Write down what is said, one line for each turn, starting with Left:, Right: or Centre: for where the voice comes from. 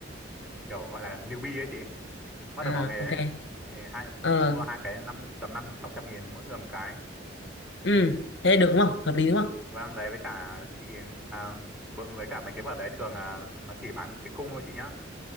Centre: kiểu gọi là newbie ấy chị bắt
Left: à
Centre: đầu vào nghề
Left: ok
Centre: ấy thì hai
Left: ờ
Centre: chị mua hai cái năm tầm năm sáu trăm nghìn mỗi người một cái
Left: ừ thế được đúng không hợp lý đúng không
Centre: Vâng đấy với cả chị à, bợ- với cả mấy cái vở đấy thường là nó chỉ bán cái khung thôi chị nhá.